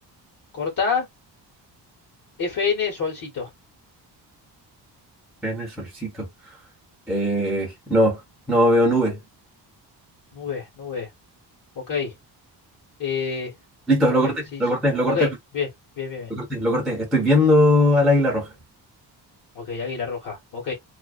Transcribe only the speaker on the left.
cortá, FN Solcito,
nube, nube, ok. Eh,
nube,
sí,
sí.
ok, bien, bien, bien, bien.
Ok, Águila Roja, ok.